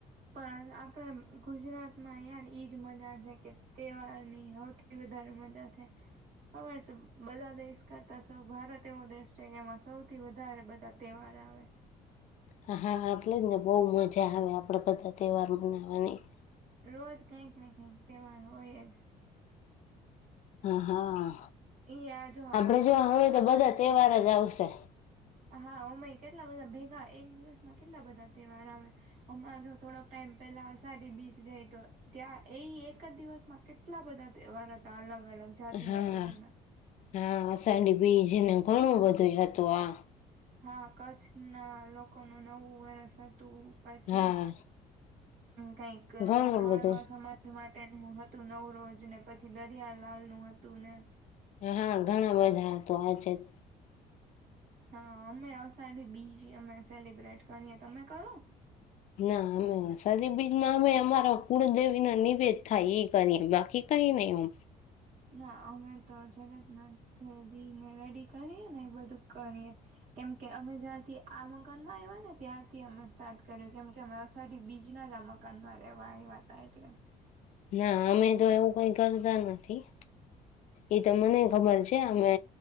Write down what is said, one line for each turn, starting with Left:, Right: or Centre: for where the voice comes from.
Right: પણ આપડે ગુજરાતમાં અયા ઈજ મજા છે, કે તહેવારની હો એ વધારે મજા છે. ખબર છે, બધા દેશ કરતા સૌ ભારત એવો દેશ છે, કે એમાં સૌથી વધારે બધા તહેવાર આવે
Left: હા આટલે જ ને બો મજા આવે આપણે બધા તહેવાર મનાવવાની
Right: રોજ કઈક ને કઈક તહેવાર હોય જ
Left: હા હા
Right: એ આ હમણાં
Left: આપડે જો હવે
Right: કેટલા
Left: તો
Right: બધાના
Left: બધા તહેવાર જ આવશે
Right: હા અમેય કેટલા બધા ભેગા એક દિવસમાં કેટલા બધા તહેવાર આવે હમણાં જો થોડોક ટાઈમ પેલા અષાઢી બીજ ગઈ તો ત્યાં એ એક જ દિવસમાં કેટલા બધા તહેવાર હતા અલગ અલગ જાતિના
Left: હા
Right: બધાના
Left: હા હા અસાડી બીજ ને ઘણું બધું હતું આ
Right: હા કચ્છના લોકોનું નવું વર્ષ હતું પછી
Left: હા
Right: કઈક
Left: ઘણું
Right: ખારવા
Left: બધું
Right: સમાજ જ માટેનું હતું નવું રોજ ને પછી દરિયા લાલનું હતું ને
Left: હા ઘણા બધા તો આ છેે.
Right: હા અમે અષાઢી બીજી અમે સેલિબ્રેટ કરીએ તમે કરો
Left: ના અમે શદીબીજમાં અમે અમારા કુળદેવી ના નિવેદ થાય એ કરીએ બાકી કહી નહી હુ
Right: ના અમે તો જગન્નાથજી ને રેડી કરીએ ને એ બધું કરીએ. કેમ કે અમે જ્યારથી આ મકાન માં આવ્યા ને ત્યારથી અમે સ્ટાર્ટ કર્યું કેમ કે અમે અષાઢી બીજના જ આ મક દુકાન માં રેવા આયવા હતા એટલે
Left: ના અમે તો એવું કઈ કરતા નથી. એ તો મને ખબર છે અમે